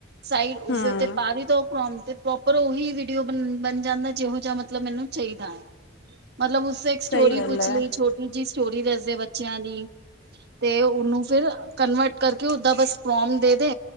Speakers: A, on the right; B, on the left.
A: ਸਾਈਡ ਉਸਦੇ
B: ਹਮ
A: ਉਤੇ ਪਾਵੀ ਦੋ। ਪਰੋਮਪ ਤੇ ਪ੍ਰੋਪਰ ਓਹੀ ਵੀਡੀਓ ਬਨ ਬਨ ਜਾਂਦਾ ਜੇਹੋ ਦਾ ਮਤਲਬ ਮੈਨੂੰ ਚਾਈਦਾ ਐ। ਮਤਲਬ ਉਸ ਸੇ ਇੱਕ ਸਟੋਰੀ
B: ਸਹੀ ਗੱਲ
A: ਪੁੱਛ
B: ਹੈ
A: ਲਈ ਛੋ ਟੀ ਜੀ ਸਟੋਰੀ ਦੱਸਦੇ ਬੱਚਿਆਂ ਦੀ ਤੇ ਓਨੂੰ ਫਿਰ ਕਨਵਰਟ ਕਰ ਕਿ ਓਦਾਂ ਬਸ ਪ੍ਰੋਮ ਦੇਦੇ